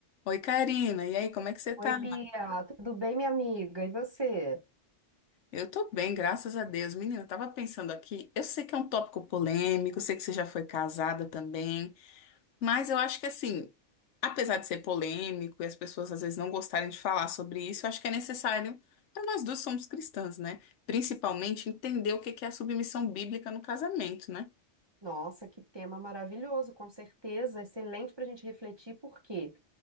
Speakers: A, on the left; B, on the right.
A: Oi, Karina. E aí, como é que você tá?
B: Oi, Bia, tudo bem, minha amiga? E você?
A: Eu tô bem, graças a Deus. Menina, eu tava pensando aqui, eu sei que é um tópico polêmico, eu sei que você já foi casada também, mas eu acho que assim, apesar de ser polêmico e as pessoas às vezes não gostarem de falar sobre isso, eu acho que é necessário, para nós duas somos cristãs, né? Principalmente entender o que que é a submissão bíblica no casamento, né?
B: Nossa, que tema maravilhoso, com certeza, excelente para a gente refletir, por quê?